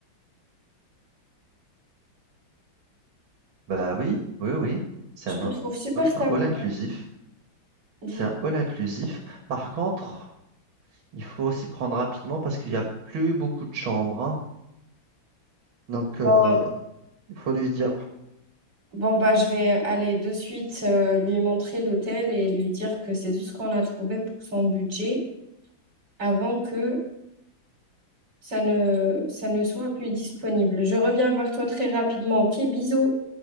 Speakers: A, on the right; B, on the right.
A: Bah oui, oui, oui. C'est
B: Je
A: un
B: le
A: all,
B: trouve super sympa.
A: un all inclusif.
B: Je
A: C'est
B: le
A: un
B: trouve-
A: all inclusif. Par contre, il faut s'y prendre rapidement parce qu'il n'y a plus beaucoup de chambres. hein. Donc, euh,
B: Bon,
A: il faut lui dire,
B: bon, bah, je vais aller de suite euh, lui montrer l'hôtel et lui dire que c'est tout ce qu'on a trouvé pour son budget avant que ça ne, ça ne soit plus disponible. Je reviens vers toi très rapidement. Ok, bisous.